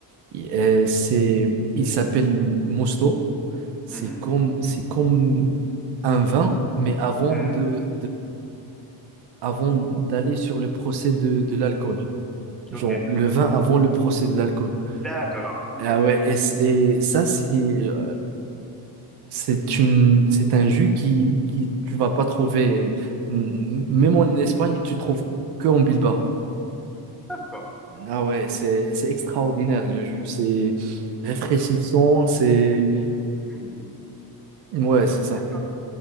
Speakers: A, on the right; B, in the centre.
A: il euh, c'est, il s'appelle Mosto. C'est
B: Mhm.
A: comme, c'est comme un vin, mais avant
B: Mhm.
A: de avant d'aller sur le procès de, de l'alcool. Genre,
B: Ok.
A: le vin avant le procès de l'alcool.
B: D'accord. Ok.
A: Ah ouais, et, c- et ça, c'est euh, c'est une, c'est un jus qui, qui tu vas pas trouver, m- même en Espagne, tu trouves que en Bilbao.
B: D'accord.
A: Ah ouais, c'est c'est extraordinaire le jus. C'est rafraîchissant, c'est
B: Mm.
A: ouais, c'est ça.
B: D'accord.